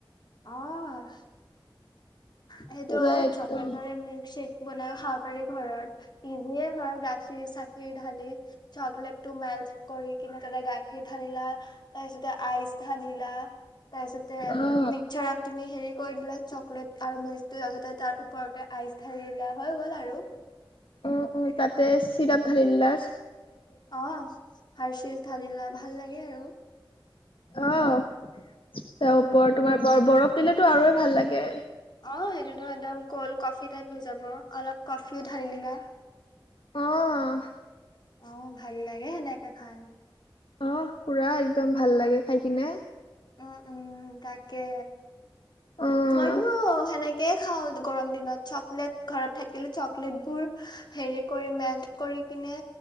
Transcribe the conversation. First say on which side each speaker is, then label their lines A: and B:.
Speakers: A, on the left; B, on the left.
A: অহ সেইটো
B: পুৰা একদম
A: চকলেট ভৰাই মিল্কশেক বনাইয়ো খাব পাৰি ঘৰত ইজিয়ে হয়, গাখীৰ চাখিৰ ঢালি চকলেটটো মেল্ট কৰি কিনে তেনে গাখীৰ ধালিলা তাৰ পিছতে আইচ ধালিলা তাৰপিছতে
B: অ
A: তুমি হেৰি কৰি দিলা চকলেট আৰু মিল্কতটো ততে তাৰ ওপৰতে আইচ ঢালি দিলা হৈ গ'ল আৰু
B: অ অ তাতে চিৰাপ ঢালিলা
A: অ হাৰশিষ ঢালিলা ভাল লাগে আৰু
B: আহ তাৰ
A: উম
B: ওপৰত
A: উম
B: তোমাৰ বৰ বৰফ দিলেতো আৰু ভাল লাগে
A: অ সেইটোতো একদম কল্ড কফি টাইপ হৈ যাব অলপ কফিও ঢালি দিলা
B: অঁ
A: অ ভাল লাগে সেনেকে খাই
B: আহ পুৰা একদম ভাল লাগে খাই কিনে।
A: উম উম তাকে।
B: অ',
A: মইতো সেনেকেই খাওঁ গৰম দিনত চকলেট ঘৰত থাকিলে চকলেটবোৰ হেৰি কৰি মেল্ট কৰি কিনে